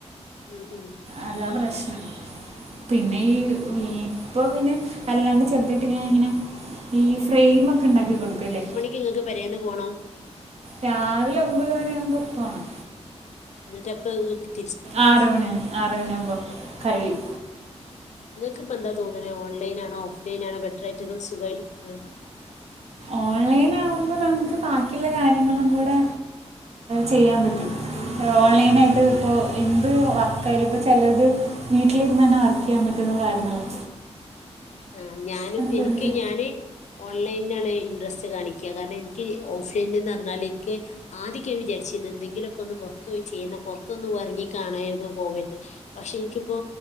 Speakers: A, on the left (about 80°); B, on the right (about 65°).
A: ഉം ഉം
B: അതാ പ്രശ്നം പിന്നെ ഈ ഇപ്പൊ പിന്നെ അല്ലാണ്ട് ചെർതായ്ട്ട്ങ്ങെനെങ്ങെനെ ഈ ഫ്രെയിം ഒക്കെ ഉണ്ടാക്കി കൊടുക്കല്ലേ
A: ക്ക്ങ്ങക്ക് പേരേന്ന് പോണം
B: രാവിലെ ഒമ്പത് മണി ആവുബോ പോണം
A: എന്നിട്ട് എപ്പൊ <unintelligible>
B: ആറ് മണിയാ ആറ് മണിയാവുമ്പം കഴിയും
A: ഇങ്ങക്ക്പ്പെന്താ തോന്ന്ണെ ഓൺലൈനാണോ ഓഫ്‌ലൈനാണോ ബെറ്ററായിട്ട് അതും സുഖായിട്ട് താേണെ
B: ഓൺലൈന് ആ നക്കുമ്പൾ നമുക്ക് ബാക്കിയുള്ള കാര്യങ്ങളും കൂടെ ചെയ്യാൻ പറ്റും ഓൺലൈൻ ആയിട്ട്
A: ഉം ഉം
B: ഇപ്പോ
A: ഉം
B: എന്ത് വർക്കായാലും ഇപ്പോൾ ചിലത് വീട്ടിലിരുന്ന് തന്നെ വർക്ക് ചെയ്യാൻ പറ്റുന്ന കാര്യങ്ങളെ
A: ആ ഞാനും
B: തോന്നിട്ട്
A: എനിക്ക് ഞാന് ഓൺലൈനിലാണ് ഇൻട്രസ്റ്റ് കാണിക്ക കാരണം എനിക്ക് ഓഫ്‌ലൈനെന്ന് പറഞ്ഞാൽ എനിക്ക് ആദ്യം വിചാരിച്ചിന്ന് എന്തെിലൊക്കെ ഒന്ന് പുറത്ത് പോയി ചെയ്യുന്ന പുറത്തൊന്ന് ഇറങ്ങിക്കാണായിരുന്നു പോകരുത് പക്ഷെ എനിക്കിപ്പോ